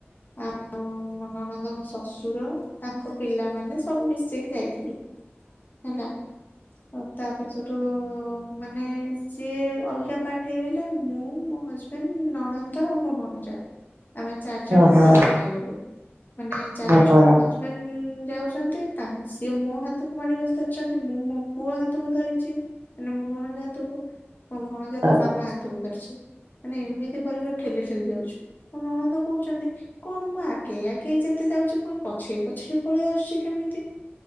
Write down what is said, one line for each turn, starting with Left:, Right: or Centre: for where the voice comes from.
Left: ଆଉ ମନନନ୍ଦଙ୍କ ଶ୍ୱଶୁର ତାଙ୍କ ପିଲାମାନେ ସବୁ ମିଶେଇକି ଯାଇଥିଲୁ। ହେଲା ଆ ତାପରେ ଯୋଠୁ ମାନେ ସେ ଅଲଗା ପାଠ ହେଇଗଲେ ମୁଁ ମୋ ହଜବେଣ୍ଡ ନଣନ୍ଦ ଆଉ ମୋ ବଣଜା। ଆମେ ଚାରି ଜଣ
Right: ଓହୋ
Left: ଗୋଟେ ପାଠ ହେଇଗଲୁ ମାନେ
Right: ଓହୋ।
Left: ଚାଲିଛୁ ମୋ ହଜବେଣ୍ଡ। ଯାଉଛନ୍ତି ତା ସିଏ ମୋ ହାତକୁ ମାଡି ବସି ଧରିଛନ୍ତି ମୁଁ ମୋ ପୁଅ ହାତକୁ ଧରିଛି। କଲେ ମୋ ଭଣଜା ହାତକୁ ମୋ ଭଣଜା ହାତ
Right: ଓହୋ
Left: ମାମା ତୁ ଧର ମାନେ ଏମିତି କରିକି ଠେଲି ଠେଲି ଯାଉଛୁଣ ଅଣନ୍ଦ କହୁଛନ୍ତି। କଣ ମା ଆଗେଇ ଆଗେଇ ଯେତେ ଯାଉଛି ପୁଣି ପଛେଇ ପଛେଇ ପଳେଇ ଆସୁଛି କେମିତି?